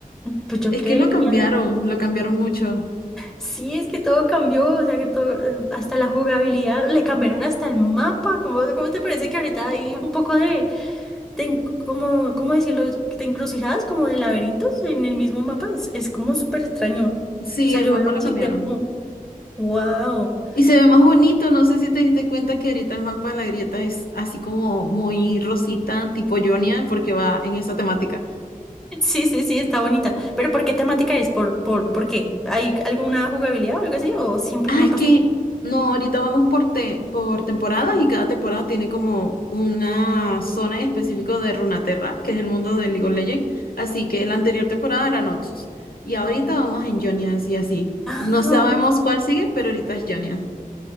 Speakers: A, in the centre; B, on the left.
A: Pues yo
B: Es
A: creería.
B: que lo cambiaron, lo cambiaron mucho.
A: Sí, es que todo cambió, o sea que todo, hasta la jugabilidad, le cambiaron hasta el mapa. ¿Cómo, cómo te parece que ahorita hay un poco de te en- ¿cómo, cómo decirlo? Te encrucijadas como de laberintos en el mismo mapa. Es, es como súper extraño.
B: Sí,
A: O sea,
B: el
A: yo
B: mapa
A: veo
B: lo
A: se
B: cambiaron.
A: queda como, wow.
B: Y se ve más bonito, no sé si te diste cuenta que ahorita el mapa de la grieta es así como muy rosita, tipo Jonia, porque va en esa temática.
A: Sí, sí, sí, está bonita. Pero ¿por qué temática es? ¿Por, por, por qué? ¿Hay alguna jugabilidad o algo así? ¿O siempre
B: Ah,
A: el mapa
B: es que
A: está así?
B: no, ahorita vamos por, te- por temporadas y cada temporada tiene como una zona en específico de Runaterra, que es el mundo de League of Legends. Así que la anterior temporada era Noxus. Y ahorita vamos en Jonia, así así.
A: Ah,
B: No sabemos cuál sigue, pero ahorita es Jonia.